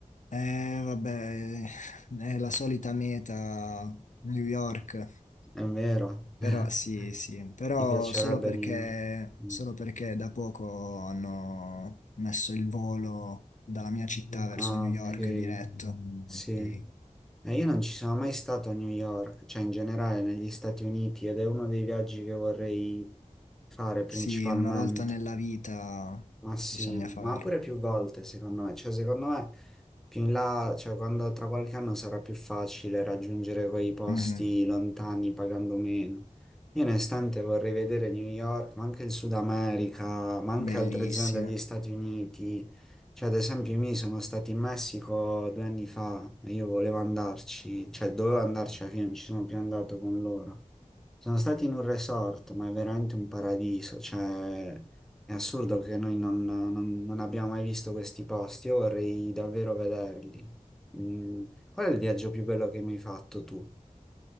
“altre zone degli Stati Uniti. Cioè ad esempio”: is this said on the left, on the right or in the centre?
Centre